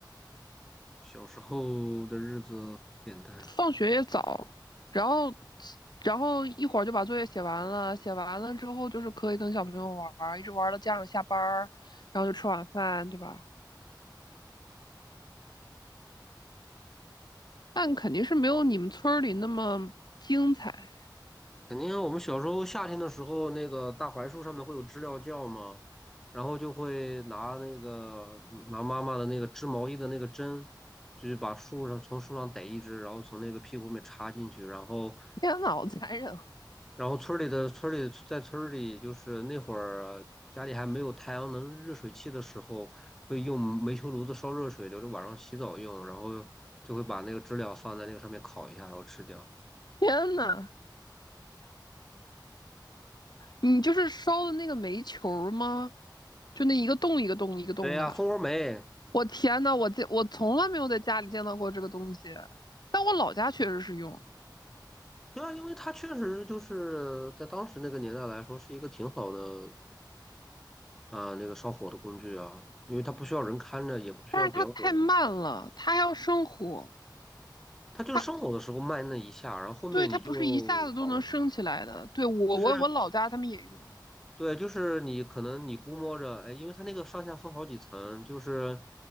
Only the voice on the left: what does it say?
放学也早，然后然后一会儿就把作业写完了，写完了之后就是可以跟小朋友玩儿一直玩儿到家长下班儿然后就吃晚饭，对吧？但肯定是没有你们村儿里那么精彩。
天呐，好残忍！
天呐，你就是烧的那个煤球儿吗？就那一个洞一个洞一个洞的。
我天呐，我见我从来没有在家里见到过这个东西，但我老家确实是用，
但是它太慢了，它还要生火，
它
对，它不是一下子都能升起来的。对，我我我老家他们也用。